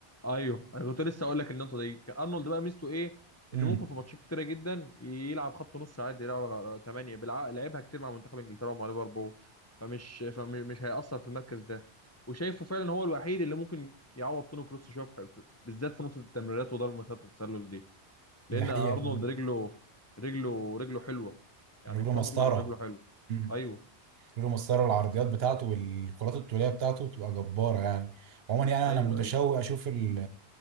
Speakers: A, on the left; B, on the right.
A: ايوه انا كنت لسه اقول لك النقطه دي ارنولد بقى ميزته ايه
B: امم
A: ان ممكن في ماتشات كتيره جدا يلعب خط نص عادي يلعب 8 بيلعب لعبها كتير مع منتخب انجلترا ومع ليفربول فمش فمش هيأثر في المركز ده وشايفه فعلا هو الوحيد اللي ممكن يعوض توني كروس شويه في- بالذات في نقطه التمريرات وضرب مسافه التسلل دي لان
B: دي حقيقه
A: ارنولد
B: فعلا
A: رجله رجله رجله حلوه يعني
B: رجله
A: الكره
B: مسطره
A: تطلع من رجله حلوه
B: امم
A: ايوه
B: رجله مسطره العرضيات بتاعته والكرات الطوليه بتاعته بتبقى جباره يعني عموما يعني
A: ايوه
B: انا متشوق
A: ايوه
B: اشوف ال